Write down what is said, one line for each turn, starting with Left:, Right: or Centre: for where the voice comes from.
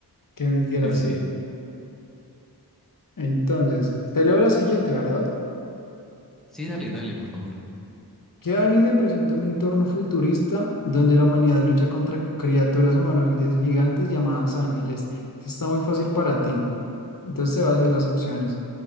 Left: que mintiera
Centre: Sí,
Left: así.
Centre: sí.
Left: Entonces, te leo la siguiente, ¿verdad?
Centre: Sí, dale, dale, por favor.
Left: ¿Qué anime presenta un entorno futurista donde la humanidad lucha contra criaturas humanoides gigantes llamadas ángeles? Eso está muy fácil para ti. Entonces te vas a decir las opciones.